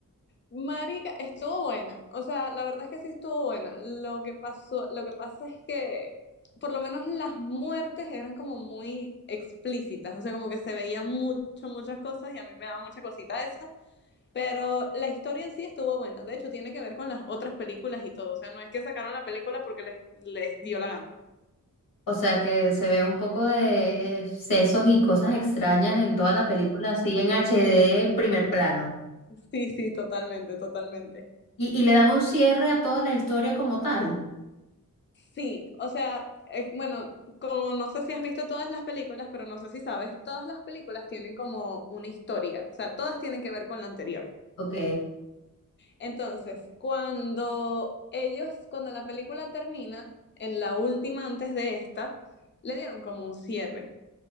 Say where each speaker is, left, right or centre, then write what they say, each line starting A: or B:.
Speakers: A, on the left; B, on the left.
A: Marica, estuvo buena. O sea, la verdad es que sí estuvo buena. Lo que pasó, lo que pasa es que por lo menos las muertes eran como muy explícitas. O sea, como que se veían mucho, muchas cosas y a mí me daba mucha cosita eso. Pero la historia en sí estuvo buena. De hecho, tiene que ver con las otras películas y todo. O sea, no es que sacaron la película porque les, les dio la gana.
B: O sea, que se ve un poco de sesos y cosas extrañas en toda la película, así en HD, en primer plano.
A: Sí, sí, totalmente, totalmente.
B: Y, y le dan un cierre a toda la historia como tal.
A: Sí, o sea, eh, bueno, como no sé si has visto todas las películas, pero no sé si sabes, todas las películas tienen como una historia, o sea, todas tienen que ver con la anterior.
B: Ok,
A: Entonces, cuando ellos, cuando la película termina, en la última antes de esta, le dieron como un cierre